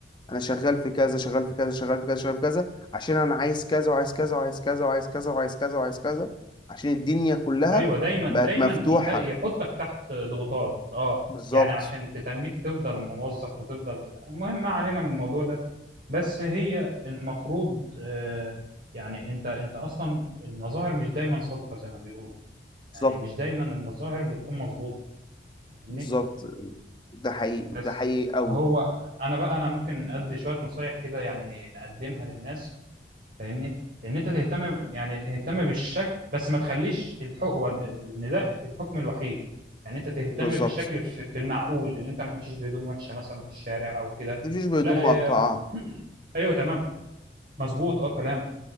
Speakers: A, on the left; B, on the right.
A: انا شغال في كذا شغال في كذا شغال في كذا شغال في كذا عشان انا عايز كذا وعايز كذا وعايز كذا وعايز كذا وعايز كذا وعايز كذا عشان الدنيا كلها
B: ايوه دايما
A: بقت
B: دايما
A: مفتوحة
B: يت- يحطك تحت ضغوطات اه
A: بالظبط
B: يعني عشان تتنك تفضل موظف وتفضل بتاع المهم ما علينا من الموضوع ده بس هي المفروض آه يعني انت انت اصلا المظاهر مش دايما صادقه زي ما بيقولوا
A: بالظبط
B: يعني مش دايما المظاهر بتكون مظبوطه فاهمني
A: بالظبط ده حقيقي
B: بس
A: ده حقيقي قوي
B: هو انا بقى انا ممكن ادي شويه نصايح كده يعني نقدمها للناس فاهمني ان انت تهتم يعني تهتم بالشكل بس ما تخليش الحكم ان ده الحكم الوحيد يعني انت تهتم
A: بالظبط
B: بالشكل في في المعقول ان انت ما تمشيش بهدوم وحشه مثلا في الشارع او كده
A: ما تمشيش بهدوم
B: لا
A: مقطعة
B: آه، <clears throat> ايوه تمام مظبوط اه كلام